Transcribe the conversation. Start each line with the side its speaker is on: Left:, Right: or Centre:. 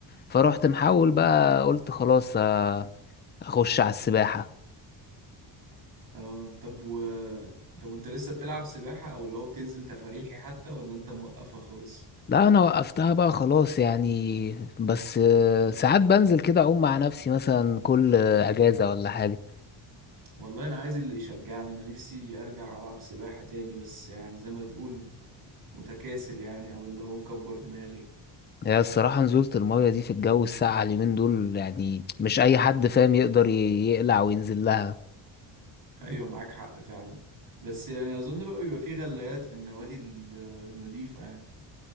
Left: فروحت محاول بقى قلت خلاص آه، اخش على السباحه
Right: اه طب و طب وانت لسه بتلعب سباحه او اللي هو بتنزل تفاريحي حتى ولا انت موقفه خالص
Left: لا انا وقفتها بقى خلاص يعني بس آه، ساعات بنزل كده اعوم مع نفسي مثلا كل آه، اجازه ولا حاجه
Right: والله انا عايز اللي يشجعني انا نفسي ارجع العب سباحه تاني بس يعني زي ما تقول متكاسل يعني او اللي هو مكبر دماغي
Left: هي الصراحة نزولة المية دي في الجو الساقع اليومين دول يعني مش أي حد فاهم يقدر ي- يقلع وينزل لها
Right: <laughs> ايوه معاك حق فعلا بس يعني اظن بقى بيبقى فيه غلايات في النوادي ال- النظيفة يعني